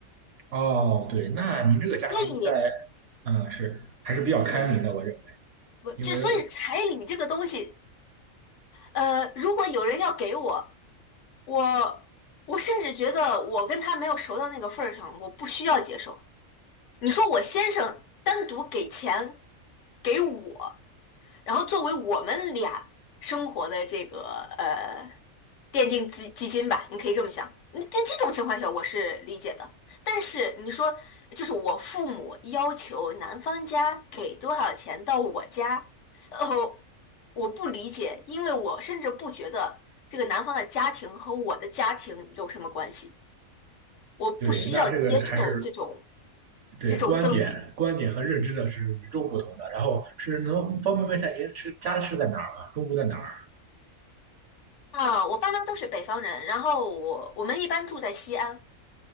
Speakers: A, on the right; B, on the left.
A: 哦，对，那您这个家庭在，
B: 所以，
A: 嗯，是还是比较开明的，
B: 也是。
A: 我认为，
B: 我这所以彩礼这个东西，
A: 因为
B: 呃，如果有人要给我，我我甚至觉得我跟他没有熟到那个份儿上，我不需要接受。你说我先生单独给钱给我。然后作为我们俩生活的这个呃奠定基基金吧，你可以这么想。那在这种情况下，我是理解的。但是你说，就是我父母要求男方家给多少钱到我家，哦，我不理解，因为我甚至不觉得这个男方的家庭和我的家庭有什么关系，我不需要接受这种
A: 对，那这个还是对观点、
B: 这种赠与。
A: 观点和认知的是与众不同的。然后是能方便问一下您是家是在哪儿吗？中国在哪儿？
B: 啊，我爸妈都是北方人，然后我我们一般住在西安。